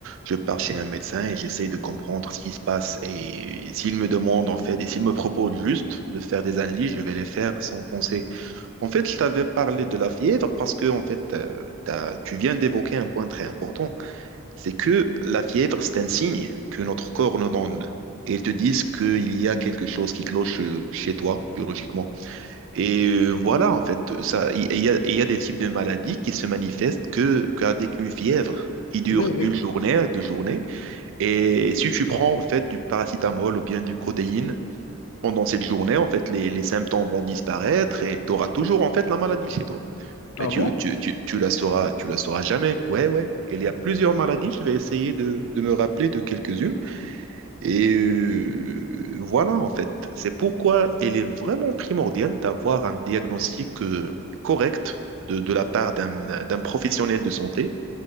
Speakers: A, on the right; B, on the left.
A: je pars chez un médecin et j'essaie de comprendre ce qui se passe. Et s'il me demande, en fait, et s'il me propose juste de faire des analyses, je vais les faire sans penser. En fait, je t'avais parlé de la fièvre parce que, en fait, euh, t'as- tu viens d'évoquer un point très important. C'est que la fièvre, c'est un signe que notre corps nous donne. Et ils te disent qu'il y a quelque chose qui cloche euh, chez toi, biologiquement. Et euh, voilà, en fait, ça, il il y a, il y a des types de maladies qui se manifestent que, qu'avec une fièvre qui dure
B: Oui, oui.
A: une journée, deux journées. Et si tu prends, en fait, du paracétamol ou bien du codéine pendant cette journée, en fait, les, les symptômes vont disparaître et tu auras toujours, en fait, la maladie chez toi.
B: Ah
A: Et tu,
B: bon?
A: tu, tu, tu la sauras, tu la sauras jamais. Ouais, ouais. Et il y a plusieurs maladies. Je vais essayer de, de me rappeler de quelques-unes. Et euh, voilà, en fait, c'est pourquoi il est vraiment primordial d'avoir un diagnostic euh, correct de, de la part d'un d'un professionnel de santé,